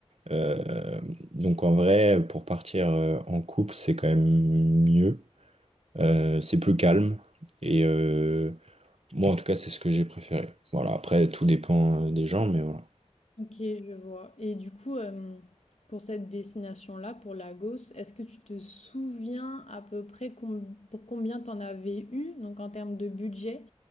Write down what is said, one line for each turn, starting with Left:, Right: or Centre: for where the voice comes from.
Right: Euh, donc en vrai, pour partir euh, en couple, c'est quand même mieux. Euh, c'est plus calme. Et euh, moi, en tout cas, c'est ce que j'ai préféré. Voilà, après, tout dépend euh, des gens, mais voilà.
Left: Ok, je vois. Et du coup, euh, pour cette destination-là, pour Lagos, est-ce que tu te souviens à peu près com- pour combien t'en avais eu, donc en termes de budget,